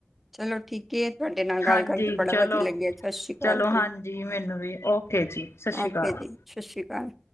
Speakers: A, in the centre; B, on the left.
A: ਚਲੋ ਠੀਕ ਹੈ ਤੁਹਾਡੇ ਨਾਲ ਗੱਲ
B: ਹਾਂਜੀ
A: ਕਰਕੇ ਬੜਾ
B: ਚਲੋ
A: ਵਧੀਆ ਲੱਗਿਆ ਸਤਿ ਸ਼੍ਰੀ ਅਕਾਲ
B: ਚਲੋ
A: ਜੀ
B: ਹਾਂਜੀ ਮੈਨੂੰ ਵੀ ਓਕੇ ਜੀ ਸਤਿ ਸ਼੍ਰੀ
A: ਓਕੇ
B: ਅਕਾਲ।
A: ਜੀ ਸਤਿ ਸ਼੍ਰੀ ਅਕਾਲ।